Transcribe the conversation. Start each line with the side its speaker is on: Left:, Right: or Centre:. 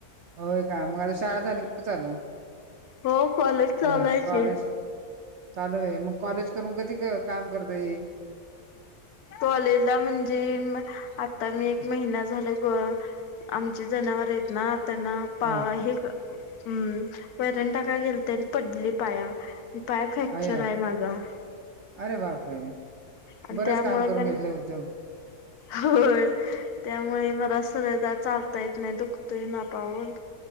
Right: होय का, मग आता शाळा झाली का चालू,
Left: हो कॉलेज चालू
Right: अऽकॉलेज.
Left: आहे की
Right: चालू य, मग कॉलेज करून कधी काम करता ये.
Left: कॉलेजला म्हणजे ऽऽआता मी एक महिना झाला गंऽऽ आमचे जनावरं आहेत नाऽऽ ते ना पाऴ,
Right: हा
Left: हम्,,, वैरंण टाकाय गेलंते आनी पडली पायावऽऽ पाय फ्रॅक्चर
Right: अय्या
Left: आहे माझा.
Right: अरे बापरे!
Left: आणि
Right: बरंच
Left: त्यामुळे
Right: काम करून
Left: पण,,,
Right: घेतलं उद्योग
Left: होय,,, त्यामुळे मला असंऽऽ वय जरा चालता येत नाही, दुखतंय ना पाऊल.